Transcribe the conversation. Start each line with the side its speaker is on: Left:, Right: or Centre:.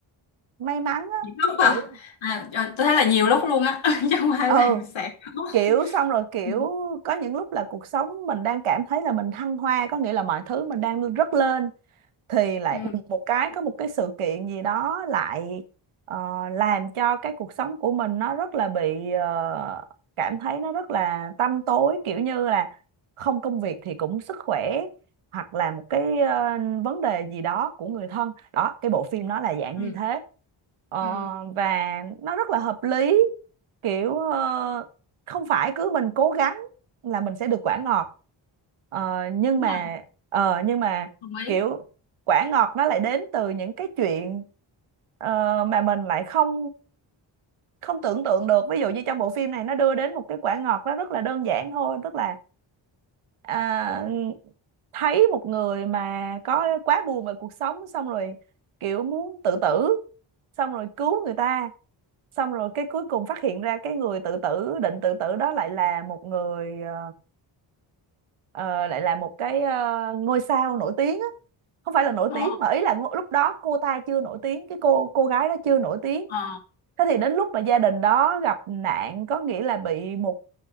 Right: may mắn á
Left: nhiều lúc
Right: Kiểu
Left: hả? À, ờ, tôi thấy là nhiều lúc luôn á, <laughs> chứ không phải
Right: ừ
Left: là sẽ có.
Right: kiểu xong rồi kiểu
Left: Ừ,
Right: có những lúc là cuộc sống mình đang cảm thấy là mình thăng hoa có nghĩa là mọi thứ mình đang rất lên thì lại
Left: Ừ,
Right: đùng một cái có một cái sự kiện gì đó lại ờ, làm cho cái cuộc sống của mình nó rất là bị ờ, cảm thấy nó rất là tăm tối kiểu như là không công việc thì cũng sức khỏe hoặc là một cái ờ, vấn đề gì đó của người thân đó cái bộ phim nó là dạng
Left: ừ,
Right: như thế Ờ,
Left: ừ.
Right: và nó rất là hợp lý kiểu ờ, không phải cứ mình cố gắng là mình sẽ được quả ngọt Ờ, nhưng
Left: Đúng
Right: mà
Left: rồi,
Right: ờ, nhưng mà
Left: đồng ý.
Right: kiểu quả ngọt nó lại đến từ những cái chuyện ờ, mà mình lại không không tưởng tượng được ví dụ như trong bộ phim này nó đưa đến một cái quả ngọt nó rất là đơn giản thôi tức là à, thấy một người mà có quá buồn về cuộc sống xong rồi kiểu muốn tự tử xong rồi cứu người ta xong rồi cái cuối cùng phát hiện ra cái người tự tử định tự tử đó lại là một người ờ, ờ, lại là một cái ờ, ngôi sao nổi tiếng á không phải là nổi
Left: Ờ,
Right: tiếng mà ý là lúc đó cô ta chưa nổi tiếng cái cô cô gái đó chưa nổi tiếng
Left: ờ.
Right: thế thì đến lúc mà gia đình đó gặp nạn có nghĩa là bị một